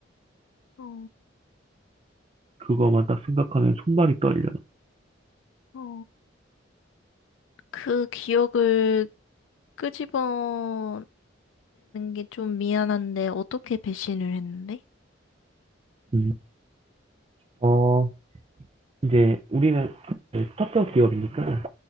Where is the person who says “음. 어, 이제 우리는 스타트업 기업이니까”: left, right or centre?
Right